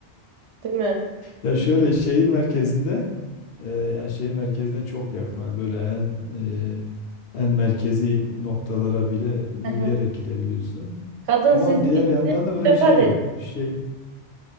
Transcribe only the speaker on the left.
Ya şöyle şehir merkezinde e, yani şehir merkezine çok yakın. Hani böyle en e, en merkezi noktalara bile yürüyerek
gidebiliyorsun.
Ama
diğer
yandan da böyle
şey
yok. Şey,